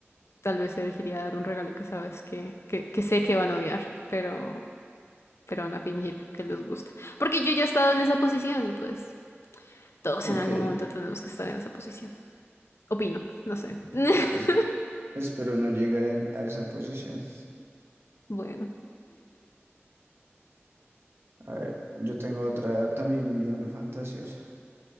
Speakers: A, on the left (about 70°); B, on the right (about 60°).
A: tal vez elegiría dar un regalo que sabes que, que, que sé que van a odiar, pero... pero van a fingir que les gusta. Porque yo ya he estado en esa posición y pues todos
B: ok.
A: en algún momento tenemos que estar en esa posición. Opino, no sé. <laughs>
B: Pues espero no llegar en- a esa posición.
A: bueno,
B: A ver, yo tengo otra también bien fantasiosa. <laughs>